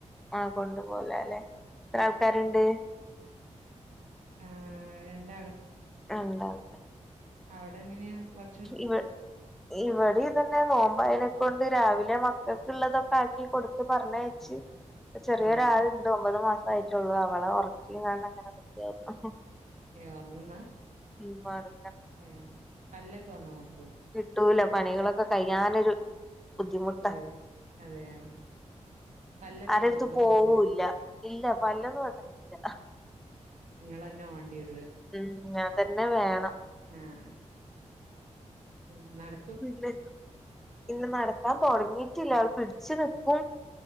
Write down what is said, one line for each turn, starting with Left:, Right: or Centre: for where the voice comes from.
Centre: ആഹ് കൊണ്ട്പോലാലെ എത്ര ആൾക്കാരുണ്ട്
Right: ആഹ് രണ്ടാള്
Centre: രണ്ടാളെല്ലെ
Right: അവിടെങ്ങനെയ വ
Centre: ഇവടെ, ഇവിടെ ഇതന്നെ- നോമ്പായനെക്കൊണ്ട് രാവിലെ മക്കൾക്കുള്ളതൊക്കെ ആക്കി കൊടുത്ത പറഞ്ഞക്കും. ച്. ചെറിയൊരാളുണ്ട്
Right: ആഹ്
Centre: ഒമ്പത് മാസം ആയിട്ടള്ളൂ. അവളെ ഉറക്കിയ കണ്ടങ്ങനെ നിക്കായിരുന്നു.
Right: ഏ ഉറങ്ങുന്ന?
Centre: ഉമാരുങ്ങ.
Right: ഏ പല്ലൊക്കെ വന്നോക്ക്?
Centre: കിട്ടൂല പണികളൊക്കെ കഴ്യാനൊരു ബുദ്ധിമുട്ടാ.
Right: ഏഹ് അതെയോ പല്ലൊക്കെ
Centre: ആരടുത്ത്
Right: വന്നിക്കോ
Centre: പോവൂല്ല,
Right: മോക്ക്
Centre: ഇല്ല പലോന്ന് വന്നിട്ടില്ല.
Right: ങ്ങളെന്നെ വേണ്ടി വരും.
Centre: ഉം ഞാൻ തന്നെ വേണം.
Right: ആഹ്. ഉ നട-
Centre: പിന്നെ ഇന്ന നടക്കാൻ തുടങ്ങിട്ടില്ല, അവൾ പിടിച്ചു നിക്കും.